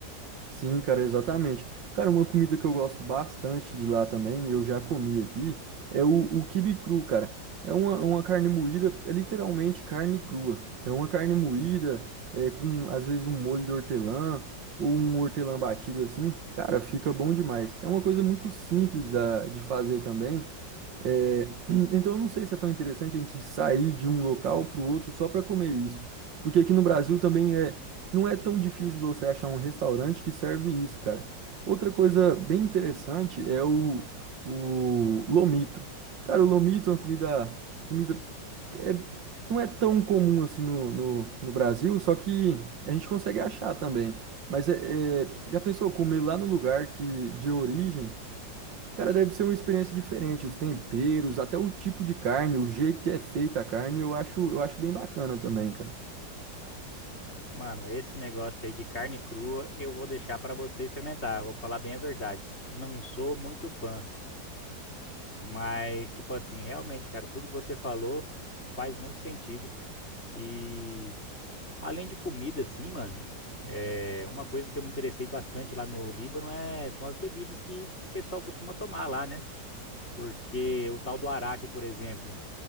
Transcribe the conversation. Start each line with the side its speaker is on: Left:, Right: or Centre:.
Right: Sim, cara, exatamente. Cara, uma comida que eu gosto bastante de lá também, e eu já comi aqui, é o, o quibe cru, cara. É uma, uma carne moída, é literalmente carne crua. É uma carne moída, é, com às vezes um molho de hortelã ou um hortelã batido assim. Cara, fica bom demais. É uma coisa muito simples da, de fazer também. É, <clears throat> então eu não sei se é tão interessante a gente sair de um local para o outro só para comer isso. Porque aqui no Brasil também é, não é tão difícil de você achar um restaurante que serve isso, cara. Outra coisa bem interessante é o, o lomito. Cara, o lomito é uma comida, comida é, não é tão comum assim no, no, no Brasil, só que a gente consegue achar também. Mas é, é, já pensou comer lá no lugar que de origem? Cara, deve ser uma experiência diferente, os temperos, até o tipo de carne, o jeito que é feita a carne, eu acho, eu acho bem bacana também, cara.
Left: Mano, esse negócio aí de carne crua eu vou deixar pra você experimentar. Vou falar bem a verdade. Não sou muito fã, mas, tipo assim, realmente, cara, tudo que você falou faz muito sentido. E Além de comida, assim, mano, é uma coisa que eu me interessei bastante lá no Líbano é são as bebidas que o pessoal costuma tomar lá, né? Porque o tal do araque, por exemplo,